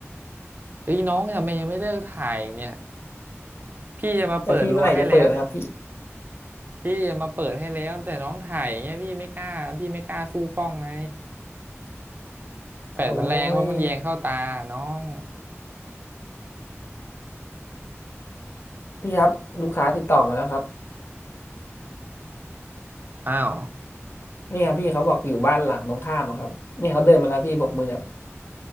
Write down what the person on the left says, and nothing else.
แต่พี่เมื่อไหร่จะเปิดนะครับพี่
โอ้ยพี่ครับลูกค้าติดต่อมาแล้วครับ
นี่ครับพี่เขาบอกอยู่บ้านหลังตรงข้ามอะครับเนี่ยเขาเดินมาแล้วพี่บอกมือครับ